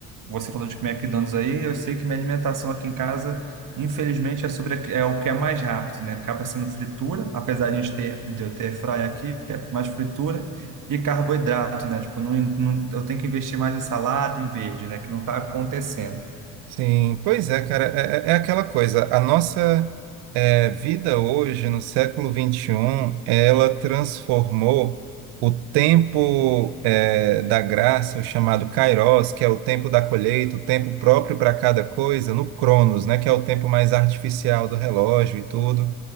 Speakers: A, on the right; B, on the right.
A: você falou de McDonald's aí, eu sei que minha alimentação aqui em casa, infelizmente, é sobre a- é o que é mais rápido, né? Acaba sendo fritura, apesar de a gente ter de eu ter fry aqui, é mais fritura e carboidrato, né? Tipo, não, não- eu tenho que investir mais em salada, em verde, né? Que não está acontecendo.
B: Sim, pois é, cara, é, é é aquela coisa. A nossa é, vida hoje, no século vinte e um ela transformou o tempo é, da graça, o chamado Kairos, que é o tempo da colheita, o tempo próprio para cada coisa, no Cronos, né, que é o tempo mais artificial do relógio e tudo.